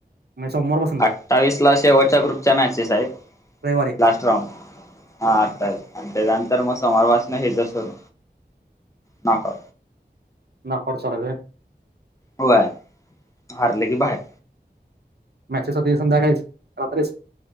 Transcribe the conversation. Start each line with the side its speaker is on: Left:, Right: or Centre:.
Right: म्हणजे सोमवारपासून
Left: अठ्ठावीस ला शेवटच्या ग्रुपच्या मॅचेस आहेत.
Right: रविवारी
Left: लास्ट राउंड हा आता. आणि त्याच्यानंतर मग सोमावार पासन हेच सुरू नाका
Right: ना खर्च लाग
Left: होय हारले बाहेर.
Right: मॅचेसाठी संध्याकाळीच रात्रीच